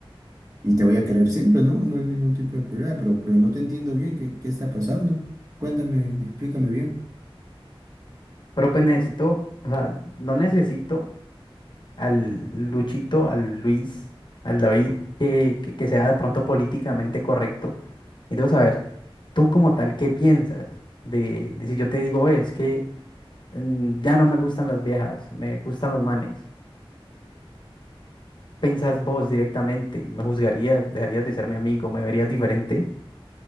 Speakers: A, on the right (about 35°); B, on the left (about 50°).
A: y te voy a querer siempre, ¿no? No hay ningún tipo de problema, pero, pero no te entiendo bien qué, qué está pasando. Cuéntame, explícame bien.
B: Pero pues necesito, o sea, no necesito al Luchito, al Luis, al David, que, que, que sea de pronto políticamente correcto. y debo saber, tú como tal, ¿qué piensas de, de si yo te digo, "Oye, es que mm, ya no me gustan las viejas, me gustan los manes? pensás vos directamente y me juzgarías, dejarías de ser mi amigo, me verías diferente.